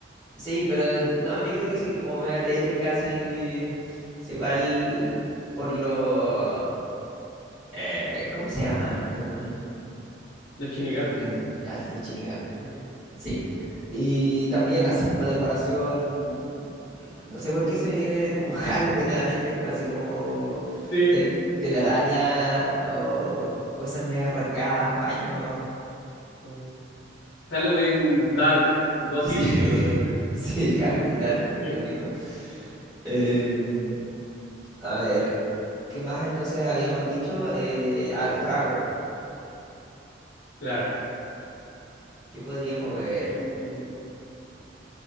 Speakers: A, on the right; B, on the left.
A: Sí,
B: Mm,
A: pero eh, no, yo creo que sí, como media tétrica, así. Es igual por lo. eh, ¿cómo se llaman los demonios?
B: Los Shinigami.
A: Shinigami, ya, los Shinigami.
B: Mm.
A: Sí. Y también, así como decoración. mm, No sé por qué se me viene como <laughs> Halloween a la mente, como así como
B: Sí,
A: tel- telaraña
B: sí.
A: o
B: Mm,
A: cosas medias rasgadas, paños.
B: mm. Halloween Dark Gothic,
A: Sí, <laughs>
B: una cosa así.
A: sí, Halloween Dark Gótico.
B: <laughs>
A: Em, a ver. ¿Qué más entonces habíamos dicho? Eh, a los tragos.
B: Claro.
A: ¿Qué podríamos beber?
B: Mm,